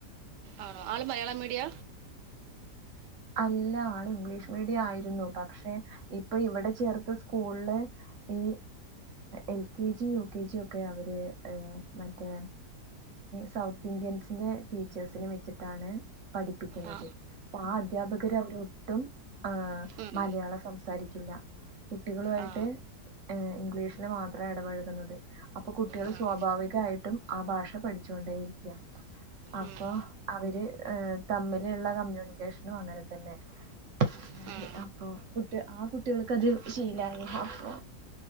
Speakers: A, on the right; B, on the right.
A: ആണോ ആള് മലയാളം മീഡിയ
B: അല്ല ആള് ഇംഗ്ലീഷ് മീഡിയ ആയിരുന്നു പക്ഷെ ഇപ്പൊ ഇവിടെ ചേർത്ത് സ്കൂളില് ഈ L K G U K G ഒക്കെ അവര് മറ്റേ സൗത്ത് ഇന്ത്യൻസിന്റെ ടീച്ചേഴ്സിന്നെ വെച്ചിട്ടാണ് പഠിപ്പിക്കുന്നത്
A: ആ
B: അപ്പോ ആ അധ്യാപകര് അവരൊട്ടും ആ
A: ഉം.
B: മലയാളം സംസാരിക്കില്ല കുട്ടികളു യിട്ട്
A: ആ
B: ഇംഗ്ലീഷില് മാത്രേ എ ടപഴകുന്നത് അപ്പൊ കുട്ടികൾ
A: ഉം.
B: സ്വാഭാവികായിട്ടും ആ ഭാഷ പഠിച്ചുകൊണ്ടേരിക്കാ അപ്പൊ
A: ഉം. ഉം.
B: അവര് ഏർ തമ്മിലുള്ള കമ്മ്യൂണിക്കേഷനും അങ്ങനെ തന്നെ അ
A: ഉം.
B: അപ്പൊആ കുട്ടിയാൾക്ക അത് ശീലായി അപ്പൊ